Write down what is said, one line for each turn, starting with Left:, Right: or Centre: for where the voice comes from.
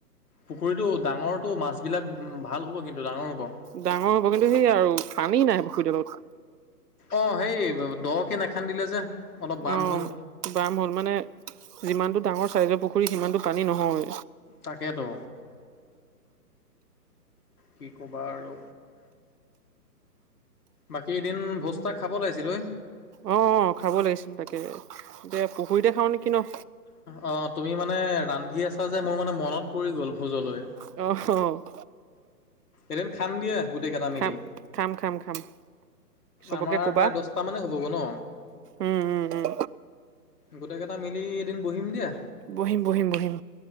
Left: পুখুৰীটো ডাঙৰটো মাছবিলাক ভাল হ'ব কিন্তু ডাঙৰ হ'ব।
Right: ডাঙৰ হ'ব কিন্তু সেই আৰু পানী নাই পুখুৰীডালত।
Left: অহ, সেই দহকে নেখান্দিলে যে অলপ বাম
Right: অ'
Left: হ'ল।
Right: বাম হ'ল মানে যিমানটো ডাঙৰ চাইজৰ পুখুৰী সিমানটো পানী নহয়।
Left: তাকেতো, কি কবা আৰু। বাকী এদিন ভোজ এটা খাব লাগিছিল ঐ।
Right: অহ', অহ' খাব লাগিছিল তাকে এতিয়া পুখুৰীতে খাওঁ নেকি ন'।
Left: অহ, তুমি মানে ৰান্ধি আছা যে মোৰ মানে মনত পৰি গ'ল ভোজলৈ।
Right: অহ।
Left: এদিন খাম দিয়া গোটেই কেইটা মেলি।
Right: খাম খাম খাম খাম। চবকে
Left: আমাৰ
Right: কবা।
Left: প্ৰায় দছটা মানে হ'বগৈ ন'।
Right: উম উম উম
Left: গোটেইকেইটা মিলি এদিন বহিম দিয়া,
Right: বহিম বহিম বহিম